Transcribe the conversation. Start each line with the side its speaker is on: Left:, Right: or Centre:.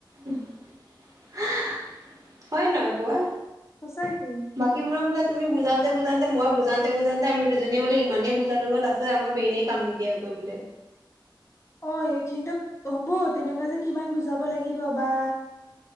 Right: হয় নহয় কোৱা?
Left: সঁচাকেই।
Right: বাকীবোৰৰ বোৰা তুমি বুজানতে বুজানতেই মই বুজাওতে, আমি দুজনীয়ে বোলে ইমানেই বুজালোগে লাষ্টত আমাৰ ব্ৰেনে কাম নিদিয়া হৈ গল বোলে।
Left: অঁ, এইখিনিতক হ'ব তেনেকুৱা যে কিমান বুজাব লাগিব বা।